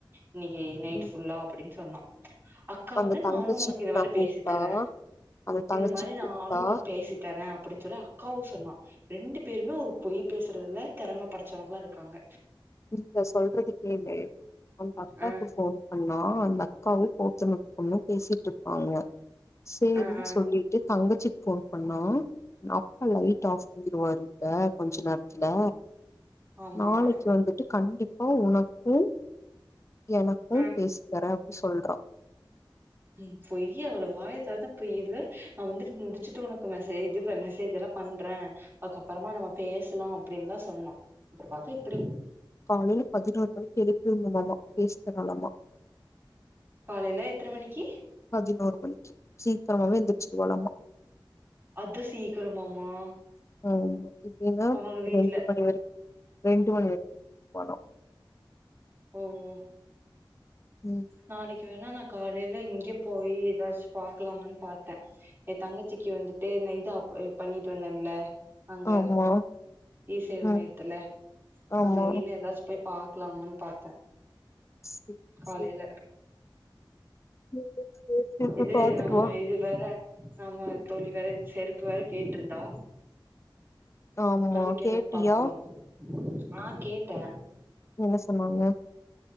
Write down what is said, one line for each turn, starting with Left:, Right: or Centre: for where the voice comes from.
Right: இன்னைக்கு நைட்
Left: ம்
Right: ஃபுல்லா அப்படின்னு சொன்ன அக் அக்கா
Left: அந்த
Right: வந்து
Left: தங்கச்சிக்கு
Right: நானு உனக்கு இது மாறி
Left: நா
Right: பேசி
Left: கூப்ட்டா
Right: தரே
Left: அந்த தங்கச்சி
Right: இந்த மாதிரி நானு
Left: கூப்ட்டா
Right: உனக்கு பேசின் தரே அப்டின்னு சொல்லி அக்காவு சொன்னா ரெண்டு பேருமே ஒரு பொய் பேசறதுல திறம படச்சவங்களா இருக்காங்க
Left: இப்ப சொல்றத கேளு அந்த அக்காக்கு
Right: ஆ
Left: ஃபோன் பண்ணா அந்த அக்காவு போத்தனுபொண்ணு பேசிட்டு இருப்பாங்க சரின்னு
Right: ஆ ஆ
Left: சொல்லிட்டு தங்கச்சிக்கு ஃபோ பண்ணா அப்பா லைட் ஆஃப் பண்ணிருவாங்க கொஞ்ச நேரத்துல
Right: ஆமா
Left: நாளைக்கு வந்துட்டு கண்டிப்பா உனக்கும் எனக்கும்
Right: ஆ
Left: பேச தரே அப்படி சொல்றா
Right: ம் பொய் அவ்ள வாயா தெரத்தாலே பொய் ல இதுல நா வந்துட்டு முடிச்சுட்டு உனக்கு மெசேஜ் இது மெசேஜ் எல்லா பண்றே அதுக்கப்புறமா நம்ம பேசலா அப்படின்னுதா சொன்ன அப்றோ பார்த்தா இப்டி
Left: காலையில பதினோரு மணிக்கு எழுப்பிருணுமாமா பேசி தராலாமா
Right: காலைல எத்தன மணிக்கி
Left: பதினோரு மணிக்கி சீக்கிரமாவே எந்தச்சுர்வாலாமா
Right: அது சீக்கிரமாமா
Left: ம் இப்படின்னா
Right: அவங்க வீட்ல
Left: ரெண்டு மணி வரை ரெண்டு மணி வரைக்கு போனோ
Right: ஓ ஓ
Left: ம்
Right: நாளைக்கு வேணா நா காலையில இங்கே போய் எதாச்சு பாக்கலாமன் பாத்தே எ தங்கச்சிக்கு வந்துட்டு ந இதாப் பண்ணிட்டு வந்தன்ல அங்க
Left: ஆமா
Right: இசேவை
Left: ம்
Right: மையத்துல
Left: ஆமா
Right: அங்க இன்ன எதாச் போய் பாக்கலாமான் பாத்தே
Left: சே
Right: காலையில
Left: சே <inaudible> போய்
Right: இது
Left: பாத்துட்டு
Right: நம்ம
Left: வா
Right: இது வேற சம்ம தோழி வேற செருப்பு வேர கேட்டு இருந்தா
Left: ஆமா
Right: அதுக்கு என்னன்
Left: கேட்டியா
Right: பாக்கணு நா கேட்டே
Left: என்ன சொன்னாங்க